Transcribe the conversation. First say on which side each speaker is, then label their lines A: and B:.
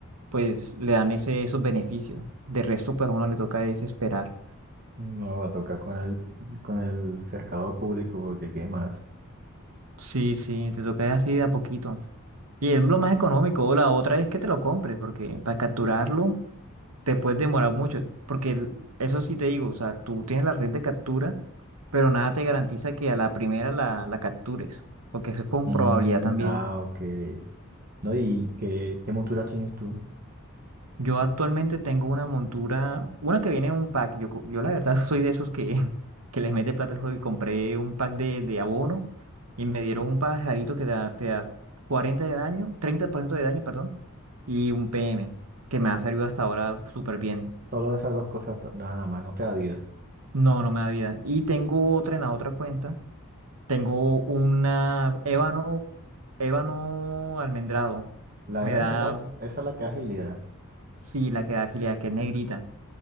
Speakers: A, on the right; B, on the right.
A: pues le dan ese, esos beneficios. De resto, pues a uno le toca es esperar.
B: No, va a tocar con el, con el cercado público porque ¿qué más?
A: Sí, sí, te toca así de a poquito. Y es lo más económico. O la otra es que te lo compres, porque para capturarlo. te puedes demorar mucho, porque el- eso sí te digo, o sea, tú tienes la red de captura, pero nada te garantiza que a la primera la, la captures, porque eso es con
B: Mm,
A: probabilidad también.
B: ah, ok. No, ¿y qué, qué monturas tienes tú?
A: Yo actualmente tengo una montura, una que viene en un pack, yo, co- yo la verdad <laughs> soy de esos que, que les mete plata al juego y compré un pack de, de abono y me dieron un pajarito que da- te da 40 de daño, 30% de daño, perdón, y un PM, que me ha servido hasta ahora súper bien.
B: Solo esas dos cosas t- nada más, no te da vida.
A: No, no me da vida. Y tengo otra en la otra cuenta Tengo una ébano, ébano almendrado.
B: La
A: Me
B: Eva
A: da,
B: no, la, esa es la que agilidad.
A: sí, la que da agilidad, que es negrita.